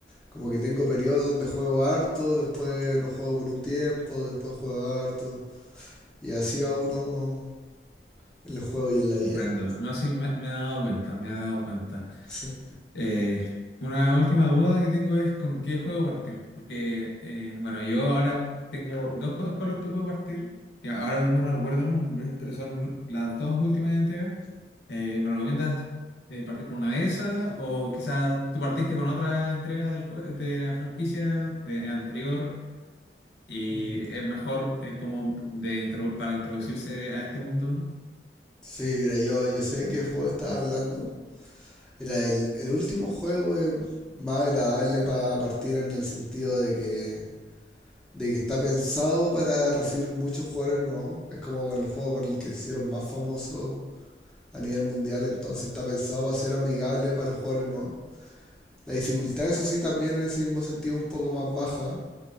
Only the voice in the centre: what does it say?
Como que tengo periodos donde juego harto, después no juego por un tiempo, después juego harto. Y así va uno en el juego y en la vida.
Sí,
Ujú.
Sí, mira, yo, yo sé de qué juego estaba hablando. Era el, el último juego es más agradable para partir en el sentido de que, de que está pensado para recibir muchos jugadores nuevos. Es como con el juego con el que se hicieron más famosos a nivel mundial, entonces está pensado para ser amigable para los jugadores nuevos. La dificultad, eso sí, también en ese mismo sentido un poco más baja.